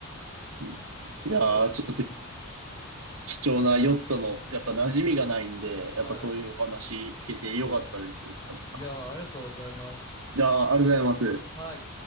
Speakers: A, on the right; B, on the left.
A: い
B: い。いや、
A: いやー、
B: そ
A: ちょっと貴重なヨットの、やっぱ馴染みがないんで、やっぱそういうお話聞けてよかったです。
B: う。は
A: あれさ
B: い。いや、ありがとうございます。
A: ん。いやー、ありがとうございます。
B: はい。